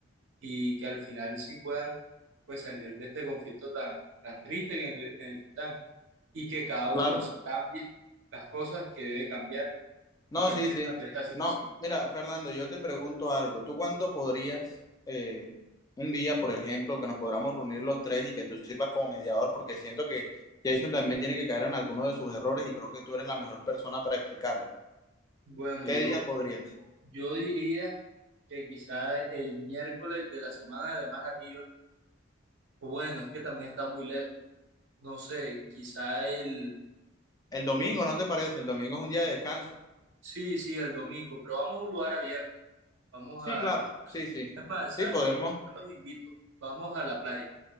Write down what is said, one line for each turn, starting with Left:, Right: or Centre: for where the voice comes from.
Right: y que al final sí puedan pues salir de este conflicto tan, tan triste que en el, en el que están y que cada uno
Left: Claro,
Right: cambie las cosas que debe cambiar
Left: No,
Right: y que
Left: sí,
Right: aprenda
Left: sí.
Right: de esta situación.
Left: No, mira, Fernando, yo te pregunto algo. ¿Tú cuándo podrías, eh, un día, por ejemplo, que nos podamos reunir los tres y que tú sirvas como mediador? Porque siento que Jason también tiene que caer en alguno de sus errores y creo que tú eres la mejor persona para explicarle.
Right: Bueno,
Left: ¿Qué
Right: yo
Left: día podrías?
Right: Yo diría que quizá el miércoles de la semana de más arriba, o bueno, es que también está muy lejos, no sé, quizá el,
Left: El domingo, ¿no te parece? El domingo es un día de descanso.
Right: sí, sí, el domingo, pero vamos a un lugar abierto, vamos
Left: Sí,
Right: a,
Left: claro.
Right: es más,
Left: Sí, sí.
Right: es más, ¿saben
Left: Sí, podemos.
Right: qué? Yo los invito, vamos a la playa,